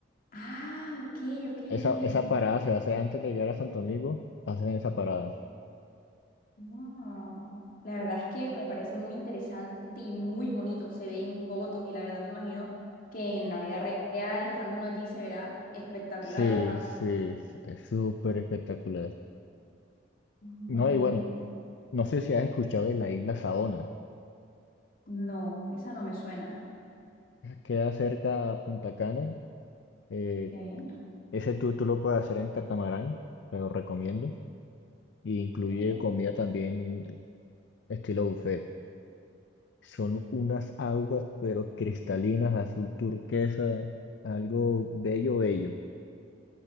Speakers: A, on the left; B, on the left.
A: Ah, ok, ok,
B: Esa,
A: ok.
B: esa parada se hace antes de llegar a Santo Domingo, hacen esa parada.
A: No. La verdad es que me parece muy interesante y muy bonito. Se ve en fotos y la verdad me imagino que en la vida re- real, estando uno allí, se verá espectacular
B: Sí,
A: aún más.
B: sí, es es súper espectacular.
A: Mm,
B: No,
A: Vale.
B: y bueno, no sé si has escuchado de la isla Saona.
A: No, esa no me suena.
B: Queda cerca a Punta Cana. eh,
A: Ok,
B: ese tú, tú lo puedes hacer en catamarán, te lo recomiendo. Y incluye
A: vale.
B: comida también estilo buffet. Son unas aguas, pero cristalinas, azul turquesa, algo bello, bello.